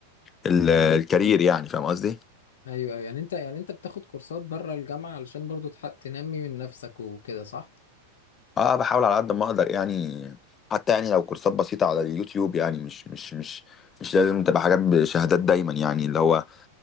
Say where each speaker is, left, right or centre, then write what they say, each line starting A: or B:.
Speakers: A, on the left; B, on the left.
A: ال... الكارير يعني فاهم قصدي
B: ايوه أيوة. يعني انت يعني انت بتاخد كورسات بره الجامعة علشان برضو تح- تنمي من نفسك وكده صح
A: اه بحاول على قد ما اقدر يعني حتى يعني لو كورسات بسيطة على اليوتيوب يعني مش مش مش مش لازم تبقى حاجات بشهادات دايما يعني اللي هو